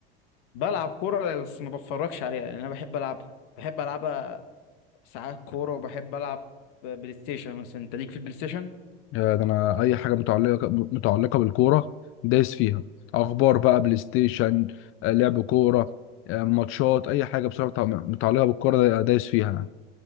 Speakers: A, on the left; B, on the left.
A: بلعب كورة بس ما بتفرجش عليها لان انا بحب العبها بحب العبها ساعات كورة وبحب العب بلاي ستيشن مثلا انت ليك في البلاي ستيشن
B: يا ده انا اي حاجه متعلقه متعلقه بالكوره دايس فيها اخبار بقى بلاي ستيشن آه، لعب كوره آه، ماتشات اي حاجه بصراحه متع- متعلقه بالكوره دا- دايس فيها